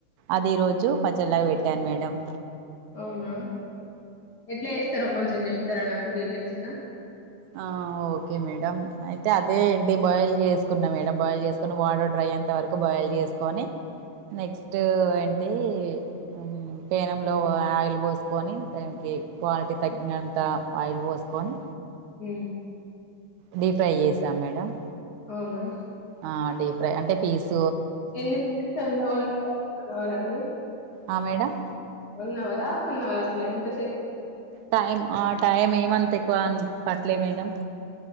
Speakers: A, on the right; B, on the left.
A: అది ఈ రోజు పచ్చడ్లాగా పెట్ ట్టాన్ మేడమ్
B: అవునా ఎట్లా చేస్తారో కొంచెం చెప్ ప్తారా నాకు డీటెయిల్స్ గా
A: ఆ ఓకే మేడం అయితే అదే ఏంటి బాయిల్ చేసుకున్నా మేడం బాయిల్ చేసుకుొని వాటర్ డ్రై అయ్యేంత వరకు బాయిల్ చేసుకొని నెక్స్ట్ ఏంటి ఊ పేనంలో ఆయిల్ పోసుకొని దానికి క్వాలిటీ తగ్గినంత ఆయిల్ పోసుకొని
B: ఊ
A: డీ ఫ్రై చేసాం మేడమ్
B: అవునా
A: ఆ డీప్ ఫ్రై అంటే పీస్
B: ఎన్ని మినిట్స్ వన్ అవర అండి.
A: ఆ madam
B: one hour half an hour అట్లె ఎంత
A: టైమ్ ఆ టైమ్ ఏమంత ఎక్కువ అని పట్ ప్లే మేడమ్.